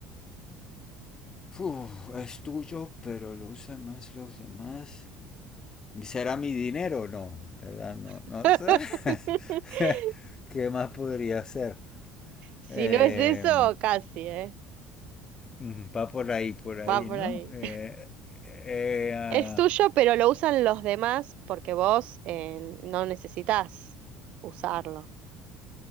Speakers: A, on the left; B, on the right.
A: Uf, es tuyo, pero lo usan más los demás. ¿Será mi dinero? No, ¿verdad? No,
B: <laughs>
A: no sé. <laughs> ¿Qué más podría ser?
B: Si
A: Eh,
B: no es eso, casi, ¿eh?
A: Mm, Va por ahí, por ahí,
B: Va por
A: ¿no?
B: ahí.
A: Eh, eh, ah,
B: Es tuyo, pero lo usan los demás porque vos eh, no necesitas usarlo.